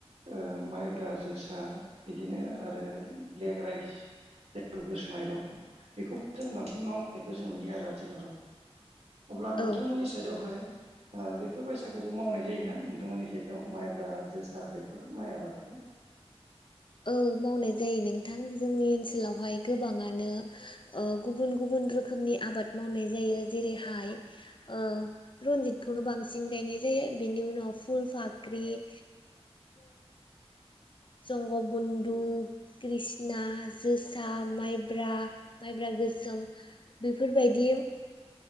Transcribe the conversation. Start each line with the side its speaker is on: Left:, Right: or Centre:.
Right: ओ माइब्रा जोसा बिदिनो आरो ब्लेक राइस गोसोनाय माइरं बेखौबो जों बांसिन मावनायखौ जों नुयो आरो आथिखालाव अब्ला
Left: औ
Right: नोंथांमोननि
Left: औ
Right: साइडआवहाय बेफोर बायसाखौबो मावनाय जायोना नोंथांमोननि सायदआव माइब्रा जोसा बेफोर माइ आबादखौ
Left: औ मावनाय जायो नोंथां जोंनि ओनसोलावहाय गोबाङानो ओ गुबुन गुबुन रोखोमनि आबाद मावनाय जायो जेरैहाय ओ रनजितखौनो बांसिन गायनाय जायो बेनि उनाव फुल फाख्रि <inaudible> जंग बन्धु कृषना जोसा माइब्रा माइब्रा गोसोम बेफोरबायदि